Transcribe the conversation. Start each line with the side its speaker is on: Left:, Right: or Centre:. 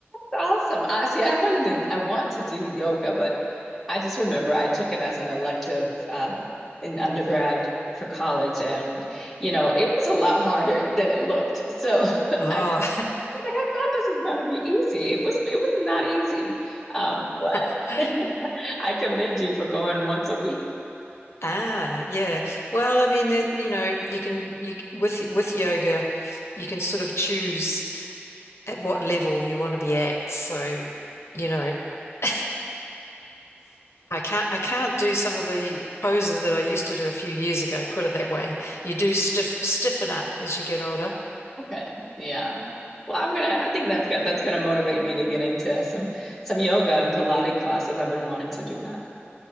Centre: Awesome. I see. I wanted to. I want to do yoga, but I just remember I took it as an elective um, in undergrad for college, and you know it was a lot harder than it looked. So <laughs>
Left: Oh,
Centre: I just was like, I thought this was going to be easy. It was. It was not easy. Um, so
Left: <laughs>
Centre: I, <laughs> I commend you for going once a week.
Left: Ah, yeah. Well, I mean, it, you know, you can you c- with with yoga, you can sort of choose at what level you want to be at. So, you know, <laughs> I can't I can't do some of the poses that I used to do a few years ago, put it that way. You do stiff stiffen up as you get older.
Centre: Okay. Yeah. Well, I'm gonna. I think that's gonna That's gonna motivate me to get into some some yoga and Pilates classes. I've been wanting to do that.